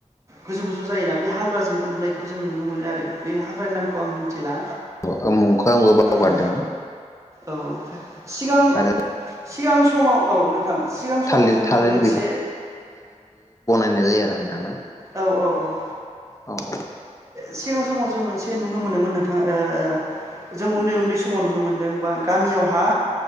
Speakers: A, on the right; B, on the left.
A: गोजौ गोजौ जायोना बे हाग्राजों नुनायखौ जों नुनो मोनो आरो बे हाग्रानि नामखौ आं मिन्थिला
B: औ मुंखौ आंबो बावगारदों
A: औ औ सिगां
B: आरो
A: सिगां समाव औ नोंथां सिगां
B: थालिर
A: समाव जोङो
B: थालिर
A: मोनसे
B: नाय जायो आरो नोंथां ना?
A: औ औ औ
B: औ औ।
A: सिगां समाव जों मोनसे नुनो मोनोमोन नोंथां ओं जों उन्दै उन्दै स माव नुनो मोनदों बा गामियावहा